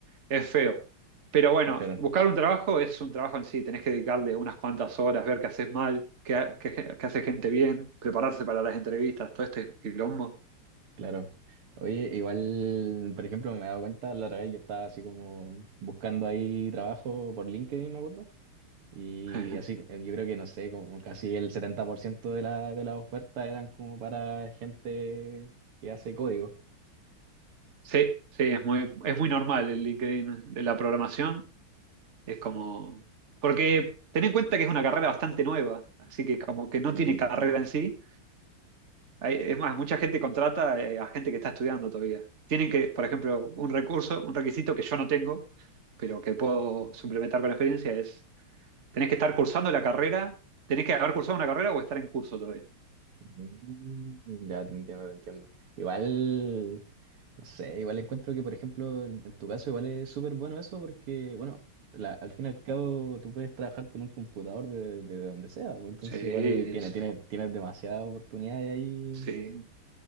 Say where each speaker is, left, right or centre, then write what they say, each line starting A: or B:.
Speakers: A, on the right (about 35°); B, on the right (about 80°).
A: Es feo. Pero bueno,
B: Claro.
A: buscar un trabajo es un trabajo en sí. Tenés que dedicarle unas cuantas horas, ver qué haces mal, qué, ha- qué, qué hace gente bien, prepararse para las entrevistas, todo este quilombo.
B: Claro. Oye, igual, por ejemplo, me he dado cuenta, la otra vez yo estaba así como buscando ahí trabajo por LinkedIn, me acuerdo, y
A: <laughs>
B: así, eh, yo creo que no sé, como casi el 70% de la, de las ofertas eran como para gente que hace código.
A: Sí, sí, es muy, es muy normal el LinkedIn de la programación. Es como... Porque ten en cuenta que es una carrera bastante nueva, así que como que no
B: Mm.
A: tiene carrera en sí. Hay- es más, mucha gente contrata eh, a gente que está estudiando todavía. Tienen que, por ejemplo, un recurso, un requisito que yo no tengo, pero que puedo suplementar con experiencia es, tenés que estar cursando la carrera, tenés que haber cursado una carrera o estar en curso todavía.
B: Mm, Ya te entiendo, te entiendo. Igual, No sé, igual encuentro que, por ejemplo, en, en tu caso igual es súper bueno eso porque, bueno, la- al fin y al cabo tú puedes trabajar con un computador de, de donde sea, pues, entonces
A: Sí, es-
B: igual tiene, tiene, tienes demasiadas oportunidades ahí,
A: sí.